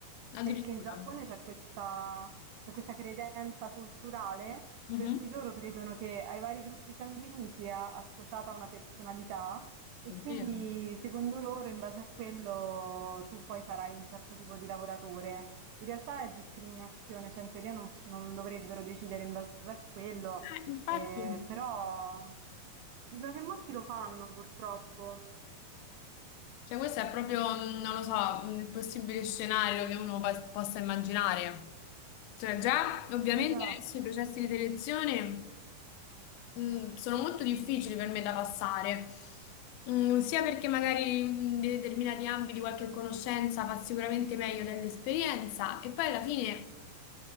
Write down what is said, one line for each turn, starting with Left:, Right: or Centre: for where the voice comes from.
Left: Addirittura.
Right: perché in Giappone c'è questa, c'è questa credenza culturale
Left: Mhm.
Right: per cui loro credono che ai vari gruppi sanguigni sia associata una personalità e
Left: oddio.
Right: quindi secondo loro in base a quello tu poi sarai un certo tipo di lavoratore. In realtà è discriminazione, cioè in teoria non non dovrebbero decidere in base a quello
Left: Eh, infatti,
Right: Ehm, però dicono che molti lo fanno purtroppo.
Left: cioè questo è proprio, mm, non lo so, mm, il possibile scenario che uno pa- possa immaginare. Cioè già, ovviamente
Right: Esatto.
Left: adesso i processi di selezione mm, sono molto difficili per me da passare, Mm, sia perché magari in determinati ambiti qualche conoscenza fa sicuramente meglio dell'esperienza e poi alla fine,